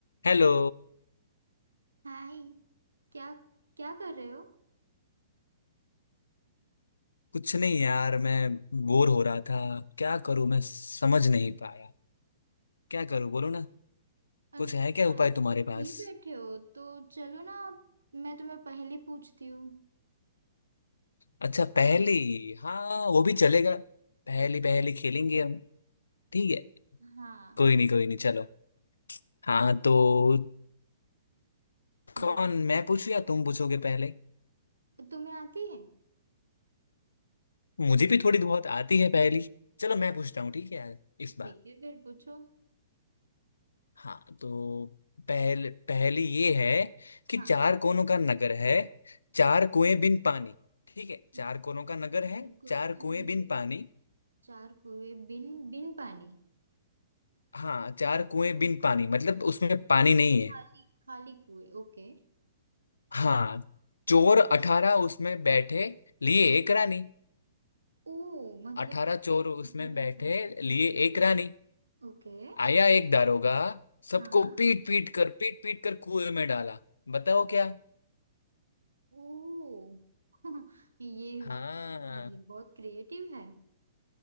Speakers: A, on the left (about 80°); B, on the right (about 85°).
A: Hello
B: हाय क्या क्या कर रहे हो
A: कुछ नहीं यार मैं बोर हो रहा था क्या करूं मैं समझ नहीं पाया क्या करूं बोलो ना
B: अच्छा
A: कुछ है क्या उपाय
B: ऐसे
A: तुम्हारे पास
B: फ्री बैठे हो तो चलो ना मैं तुम्हें पहले पूछती हूँ
A: अच्छा पहेली हाँ वो भी चलेगा पहेली पहेली खेलेंगे हम ठीक है
B: हाँ
A: कोई नहीं कोई नहीं चलो हाँ तो कौन
B: बोलो
A: मैं पूछूं या तुम पूछोगे पहले
B: तुम्हें आती है
A: मुझे भी थोड़ी बहुत आती है पहेली चलो मैं पूछता हूँ ठीक है इस
B: ठीक
A: बार
B: है फिर पूछो
A: हाँ तो पहले पहली ये है कि
B: हाँ
A: चार कोनों का नगर है चार कुएं बिन पानी ठीक है चार
B: अच्छा
A: कोनों
B: चार
A: का नगर है
B: कोनों
A: चार
B: पर नगर
A: कुएं बिन पानी
B: चार कुएं बिन बिन पानी
A: हाँ चार कुएं बिन पानी मतलब उसमें पानी नहीं है
B: खाली खाली कुएं ओके
A: हाँ चोर अठारह उसमें बैठे लिए एक रानी
B: ओ मतलब
A: अठारह चोर उसमें
B: अठारह
A: बैठे
B: जून
A: लिए एक रानी
B: ओके
A: आया एक दारोगा सबको
B: हाँ
A: पीट पीट कर पीट पीट कर कुएं में डाला बताओ क्या
B: ओ <laughs> ये
A: हाँ
B: मतलब बहुत क्रिएटिव है